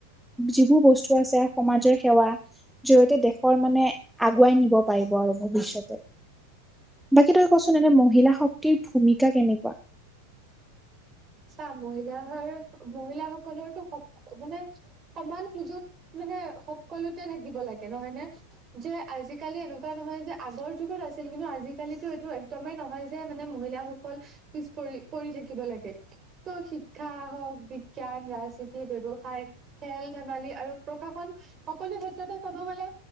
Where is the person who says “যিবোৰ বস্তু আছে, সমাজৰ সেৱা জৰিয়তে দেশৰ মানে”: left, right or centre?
Centre